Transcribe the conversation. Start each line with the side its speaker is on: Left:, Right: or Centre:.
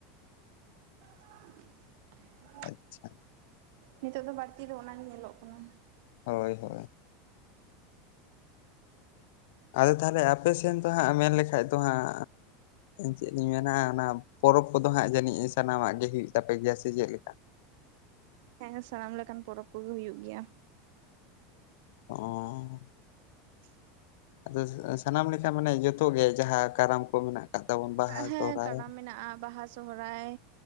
Right: <inaudible>
Left: ᱟᱪᱪᱷᱟ
Right: ᱱᱤᱛᱳᱜ ᱫᱚ ᱵᱟᱹᱲᱛᱤ ᱫᱚ ᱚᱱᱟᱜᱮ ᱧᱮᱞᱚᱜ ᱠᱟᱱᱟ᱾
Left: ᱦᱳᱭ ᱦᱳᱭ ᱟᱫᱚ ᱛᱟᱦᱚᱞᱮ ᱟᱯᱮ ᱥᱮᱱ ᱫᱚ ᱦᱟᱸᱜ ᱢᱮᱱ ᱞᱮᱠᱷᱟ ᱫᱚ ᱦᱟᱸᱜ ᱪᱮᱫ ᱞᱤᱧ ᱢᱮᱱᱟ ᱚᱱᱟ ᱯᱚᱨᱚᱵᱽ ᱠᱚᱫᱚ ᱦᱟᱸᱜ ᱡᱟᱹᱱᱤᱡ ᱥᱟᱱᱟᱢᱟᱜ ᱜᱮ ᱦᱩᱭᱩᱜ ᱛᱟᱯᱮ ᱜᱮᱭᱟ ᱥᱮ ᱪᱮᱫ ᱞᱮᱠᱟ?
Right: ᱦᱮᱸ ᱥᱟᱱᱟᱢ ᱞᱮᱠᱟᱱ ᱯᱚᱨᱚᱵᱽ ᱠᱚᱜᱮ ᱦᱩᱭᱩᱜ ᱜᱮᱭᱟ᱾
Left: ᱚᱸ
Right: <inaudible>
Left: ᱟᱫᱚ ᱥᱟᱱᱟᱢ ᱞᱮᱠᱟ ᱢᱟᱱᱮ ᱡᱚᱛᱚ ᱜᱮ ᱡᱟᱦᱟᱸ ᱠᱟᱨᱟᱢ ᱠᱚ ᱢᱮᱱᱟᱜ ᱠᱟᱜ ᱛᱟᱵᱚᱱ ᱵᱟᱦᱟ,
Right: ᱦᱮᱸ
Left: ᱥᱚᱨᱦᱟᱭ?
Right: ᱠᱟᱰᱟ ᱢᱮᱱᱟᱜᱼᱟ ᱵᱟᱦᱟ ᱥᱚᱦᱨᱟᱭ